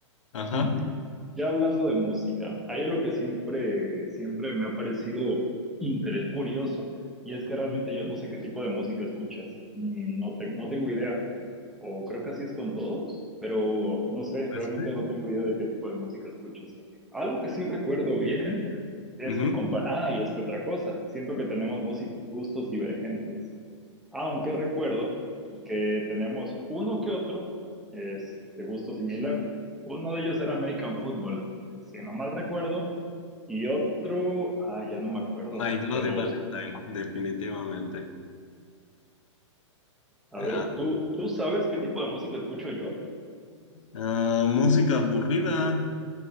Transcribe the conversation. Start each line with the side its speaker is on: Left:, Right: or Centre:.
Left: Ajá.
Centre: <clears throat> <laughs> ya hablando de música, hay algo que siempre, siempre me ha parecido interés curioso y es que realmente
Left: Ujú.
Centre: yo no sé qué tipo de música escuchas. Mm, No, te- no tengo idea. o creo que así es con todos, pero no sé,
Left: Pues
Centre: realmente
Left: sí.
Centre: no tengo idea de qué tipo de música escuchas. Algo que sí recuerdo bien es
Left: Ujú.
Centre: que compa- ah, y es que otra cosa, siento que tenemos músic- gustos divergentes, aunque recuerdo que tenemos uno que otro es de gusto similar. Uno de ellos era American Football, si no mal recuerdo, y otro, ah, ya no me acuerdo,
Left: My Bloody
Centre: pero
Left: Valentine,
Centre: ¿eh?
Left: definitivamente.
Centre: a
Left: Ah,
Centre: ver, ¿tú, tú sabes qué tipo de música escucho yo?
Left: ah, música aburrida.